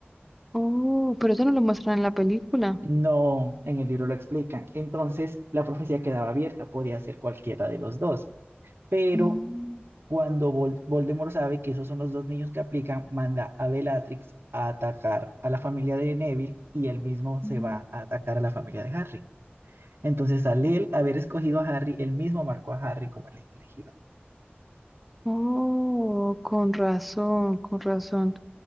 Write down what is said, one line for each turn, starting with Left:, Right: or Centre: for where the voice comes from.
Centre: Oh, pero eso no lo muestran en la película.
Right: No, en el libro lo explican. Entonces, la profecía quedaba abierta, podía ser cualquiera de los dos. Pero
Centre: Mm,
Right: cuando Vol- Voldemort sabe que esos son los dos niños que aplican, manda a Bellatrix a atacar a la familia de Neville y él mismo se
Centre: mm.
Right: va a atacar a la familia de Harry. Entonces, al él haber escogido a Harry, él mismo marcó a Harry como el elegido.
Centre: Oh, con razón, con razón.